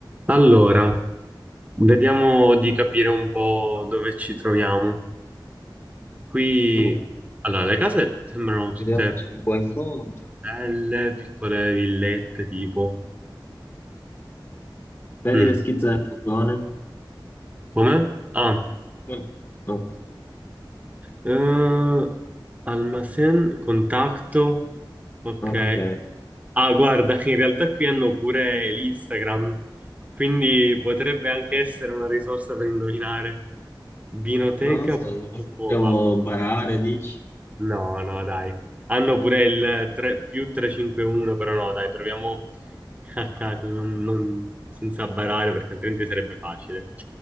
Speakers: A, on the right (about 20°); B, on the left (about 30°).
A: Allora, vediamo di capire un po' dove ci troviamo. Qui,
B: Ok,
A: allora, le case sembrano tutte
B: Vediamoci un buon incontro.
A: belle, piccole villette, tipo.
B: Vedi
A: Mm,
B: le schizze del furgone?
A: Come? Ah,
B: Mm. O-
A: eh, Almacén, contatto, ok.
B: Ok,
A: Ah, guarda, in realtà qui hanno pure l'Instagram, quindi potrebbe anche essere una risorsa per indovinare. Vinoteca.pub.
B: ma non so, dobbiamo barare, dici?
A: No, no, dai. Hanno pure il 3, più 351, però no, dai, proviamo a caso, non- non- senza barare, perché altrimenti sarebbe facile.